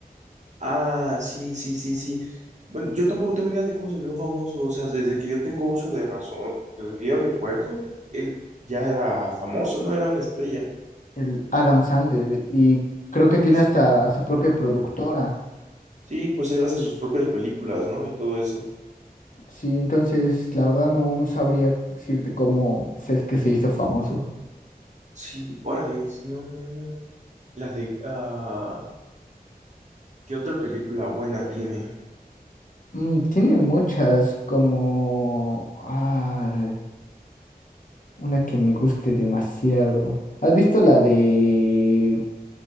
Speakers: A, on the right; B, on the left.
A: Ah, sí, sí, sí, sí. Bueno, yo tampoco tengo idea de cómo se volvió famoso. O sea, desde que yo tengo uso de razón, desde que yo recuerdo, él ya era famoso, no era una estrella.
B: el Adam Sandler, y creo que tiene
A: Sí, sí.
B: hasta su propia productora.
A: Sí, pues él hace sus propias películas, ¿no? Y todo eso.
B: Sí, entonces la verdad no, no sabría decirte cómo se- es que se hizo famoso.
A: Sí, órale, no, no, no. La de... ah, ¿qué otra película buena tiene?
B: Mm, tiene muchas, como ah, una que me guste demasiado. ¿Has visto la de